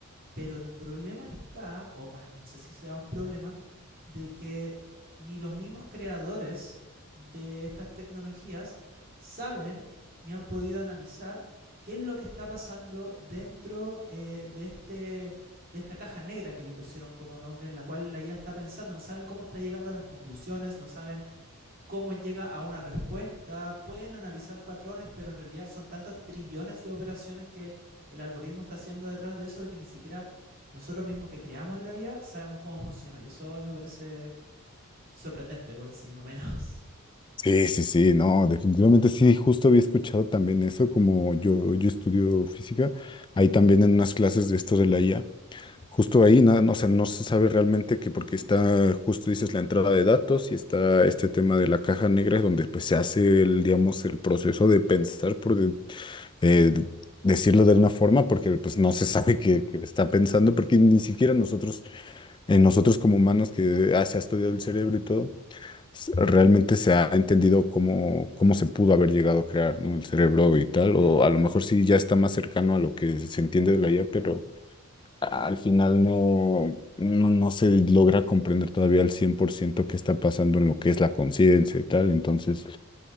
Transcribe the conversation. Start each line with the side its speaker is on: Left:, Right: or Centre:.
Right: Pero el problema está, o más, no sé si será un problema, de que ni los mismos creadores de estas tecnologías saben ni han podido analizar qué es lo que está pasando dentro eh, de, este, de esta caja negra que le pusieron como nombre, en la cual la IA está pensando. No saben cómo está llegando a las conclusiones, no saben cómo llega a una respuesta, pueden analizar patrones, pero en realidad son tantos trillones de operaciones que el algoritmo está haciendo detrás de eso de que ni siquiera nosotros mismos que creamos la IA sabemos cómo funciona. Y eso a mí me parece sorprendente, por decirlo menos. <laughs>
Left: Sí, sí, sí, no, definitivamente sí, justo había escuchado también eso, como yo, yo estudio física, ahí también en unas clases de esto de la IA, justo ahí, nada, no, o sea, no se sabe realmente que porque está, justo dices, la entrada de datos y está este tema de la caja negra, donde pues se hace el, digamos, el proceso de pensar, por de- eh, decirlo de una forma, porque pues no se <laughs> sabe qué, qué está pensando, porque ni siquiera nosotros, eh, nosotros como humanos que ah, se ha estudiado el cerebro y todo, s- realmente se ha entendido cómo, cómo se pudo haber llegado a crear, ¿no? El cerebro y tal, o a lo mejor sí ya está más cercano a lo que se entiende de la IA, pero al final no, no, no se logra comprender todavía al 100% qué está pasando en lo que es la conciencia y tal. Entonces,